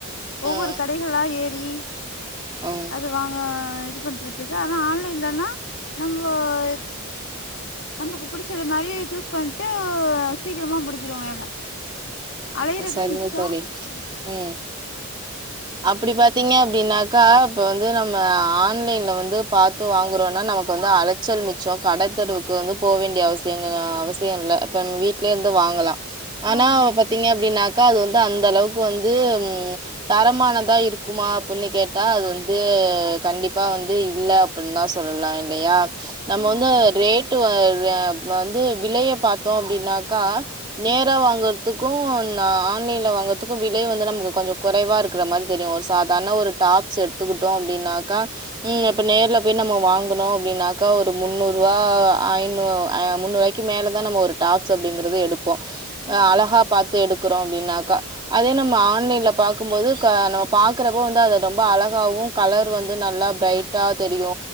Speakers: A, on the left; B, on the right.
A: ஒவ்வொரு
B: ம்
A: கடைகளா ஏறி
B: ம்.
A: அது வாங்க இது பண்றதுக்கு ஆனா ஆன்லைன்லனா நம்போ இத் நமக்கு புடிச்சது மாரியே சூஸ் பண்ட்டு ஒ சீக்கிரமா முடிச்சிரு எல் லா அலையறதும்
B: சரிங்க
A: மிச்சோ
B: தோழி
A: அ
B: ம். அப்பிடி பாத்தீங்க அப்டின்னாக்கா இப்ப வந்து நம்ம ஆன்லைன்ல வந்து பாத்து வாங்குறோம்னா நமக்கு வந்து அலைச்சல் மிச்சம் கடைத்தெருவுக்கு வந்து போக வேண்டிய அவசியங்க அவசியம் இல்ல இப்ப வீட்யே இருந்து வாங்கலாம் ஆனா
A: ஆ ஆம்
B: பாத்தீங்க அப்டின்னாக்கா அது வந்து அந்த அளவுக்கு வந்து ம் <unintelligible> இருக்குமா அப்டின்னு கேட்டா அது வந்து கண்டிப்பா வந்து இல்ல அப்டின்னு தான் சொல்லலாம் இல்லையா நம்ம
A: ஆ
B: வந்து
A: ஆமா தோழி
B: ரேட்டு வந்து வெலைய பாத்தோம் அப்டின்னாக்கா நேரா
A: ஆ
B: வாங்குரதுக்கும் ஆன்லைன்ல வாங்குரதுக்கும் விலை வந்து நமக்கு கொஞ்சோ கொறைவா இருக்கு க்குற மாதிரி தெரியு ஒரு சாதார்ண ஒரு டாப்ஸ்ஸ எடுத்துக்கிட்டோ அப்டின்னாக்க ம் இப்ப நேர்ல பேயி நம்ப வாங்குனோ அப்டின்னாக்கா ஒரு முன்னூர்வா ஐநூ முன்னூர்வாய்க்கு மேல தா நம்ப ஒரு டாப்ஸ் அப்டிங்கறது எடு இப்போ
A: ஆ ஆ
B: அழகா பாத்து எடுக்குறோ அப்டின்னாக்கா அதே
A: ஆ ஆமா
B: நம்ப ஆன்லைன்ல பாக்கும்போது நம்ப பாக்கறப்போ வந்து அது ரொம்ப அழகாவு கலர் வந்து நல்லா பிரைட்டா தெரியு